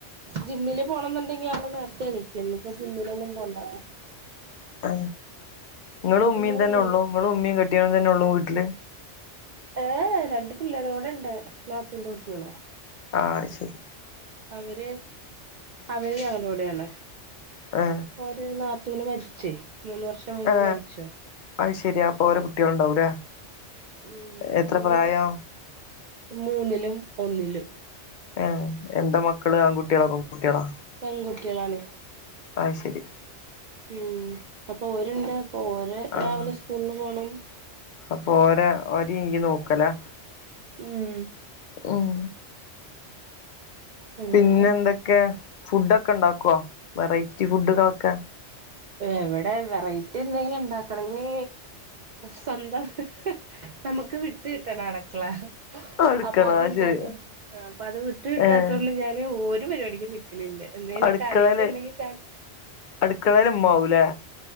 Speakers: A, on the right; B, on the left.
A: ജിമ്മില് പോണംന്ന്ണ്ടെങ്കി ആള് നേര്ത്തെ എണീക്കും ഇന്ന് പ്പൊ പ്പ ജിമ്മിലൊന്നും പോണ്ട
B: ആ ങ്ങളും ഉമ്മേം
A: ന്നാ
B: തെന്നെള്ളൂ
A: നീ
B: ങ്ങളും ഉമ്മേം കെട്ടിയോനും തെന്നെള്ളു വീട്ടില്
A: ഏ രണ്ട് പിള്ളേരും കൂടെണ്ട് നാത്തൂന്റെ കുട്ട്യാള്
B: ആ അത് ശെരി
A: അവര് അവര് അവലൂടാണ്
B: ആ
A: ഓര് നാത്തൂന് മരിച്ചേ മൂന്ന് വർഷം മുമ്പ്
B: ആ
A: മരിച്ചു
B: അത് ശെരി അപ്പൊലെ
A: അപ്പൊ
B: കുട്ട്യാള് ണ്ടാവൂല്ലേ
A: ഉം
B: എത്രെ
A: ഓര്
B: പ്രായം
A: മൂന്നിലും ഒന്നിലും
B: ഏ എന്താ മക്കള് ആൺകുട്ട്യാളോ പെൺകുട്ട്യാളോ
A: പെൺകുട്ട്യാളാണ്
B: അത് ശെരി
A: ഉം അപ്പോര്ണ്ട് അപ്പോരെ
B: ആഹ്
A: രാവിലെ സ്കൂളിൽ പോണം
B: അപ്പൊ ഓരേ ഓരെ യ്യ് നോക്കലാ
A: ഉം
B: ഉം
A: അങ്ങനെ
B: പിന്നെന്തൊക്കെ ഫുഡൊക്കെണ്ടാക്കോ വെറൈറ്റി ഫുഡുകളൊക്കെ
A: എവടെ വെറൈറ്റി എന്തെങ്കിലും ണ്ടാക്കണെങ്കി സ്വന്തം- നമുക്ക് വിട്ട് കിട്ടണം അട്ക്കള
B: അടുക്കള
A: അപ്പൊ അതില്ലാത്തോ
B: അത് ശരി
A: അപ്പൊ അത് വിട്ട് കിട്ടാത്തോണ്ട്
B: ഏഹ്
A: ഞാന് ഒരു പരിപാടിക്കും നി- ക്കലില്ല എന്തേലും
B: അടുക്കളയില്
A: കറിയൊക്കെ ണ്ടെങ്കി ക
B: അടുക്കളേല് മ്മാവൂലെ